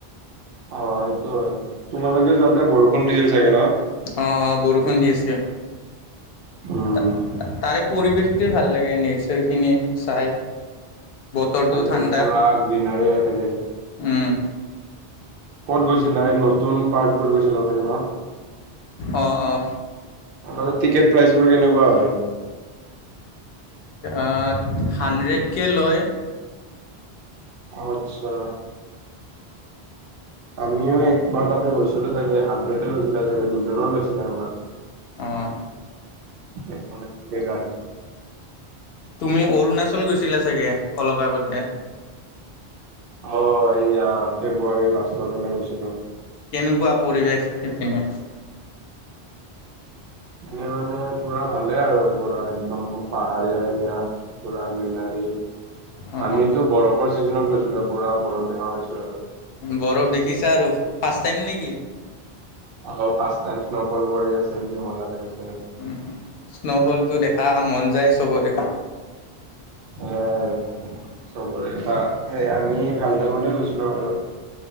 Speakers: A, on the right; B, on the left.
A: অ সেইটো হয় তোমাৰলোকে যাওঁতে বৰষুণ দিছিল চাগে ন?
B: অ অ বৰষুণ দি আছে
A: উম
B: তাৰে পৰিৱেশটোৱে ভাল লাগে নেচাৰখিনি চাই। বতৰটো
A: তাকো
B: ঠাণ্ডা
A: পুৰা গ্ৰিনাৰী হৈ থাকে।
B: উম।
A: ক'ত গৈছিলা এই নতুন পাৰ্কটো গৈছিলা চাগে ন?
B: অ অঁ।
A: তাতে টিকেট প্ৰাইচ বোৰ কেনেকুৱা হয়?
B: আ হাড্ৰেড কে লয়।
A: আচ্ছা। মইয়ো এক বাৰ তাতে গৈছিলো তাগে হাড্ৰেডে লৈছিলে চাগে দুজনৰ লৈছিলে আমাৰ।
B: অ',
A: এখন এখনকে গাড়ী।
B: তুমি অৰুণাচল গৈছিলা চাগে অলপ আগতে?
A: হয় এইয়া ফেব্ৰুৱাৰী লাষ্টৰ ফালে গৈছিলোঁ।
B: কেনেকুৱা পৰিৱেশ শিপিনে?
A: মানে পুৰা ভালে আৰু পুৰা একদম পাহাৰীয়া এৰিয়া। পুৰা গ্ৰীনাৰী।
B: অ',
A: আমিতো
B: অ',
A: বৰফৰ চিজনত গৈছিলো পুৰা বৰফ দেখা পাইছো আৰু।
B: বৰফ দেখিছা আৰু ফাৰ্ষ্ট টাইম নেকি?
A: অ ফাৰ্ষ্ট টাইম স্ন'ফল বঢ়ি আছিল কি মজ্জা লাগিছে।
B: উম স্ন'ফলটো দেখা মন যায় চবৰে।
A: সেয়াই আৰু চবৰে বা সেই আমি ভাল টাইমতে গৈছিলোঁ আৰু।